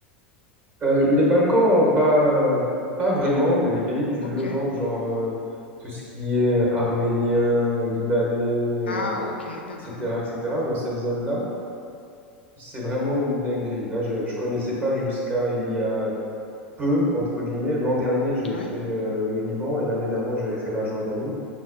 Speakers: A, on the right; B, on the left.
A: Euh, les Balkans, pas, pas vraiment, mais les pays du
B: ok.
A: Levant, genre euh, tout ce qui est arménien, libanais,
B: Ah,
A: euh, etc.,
B: ok, d'accord.
A: etc., dans cette zone-là, c'est vraiment une dinguerie. Là, je, je connaissais pas jusqu'à il y a peu, entre guillemets. L'an dernier, j'ai
B: Ouais,
A: fait euh, le Liban et l'année d'avant, j'avais fait la Jordanie.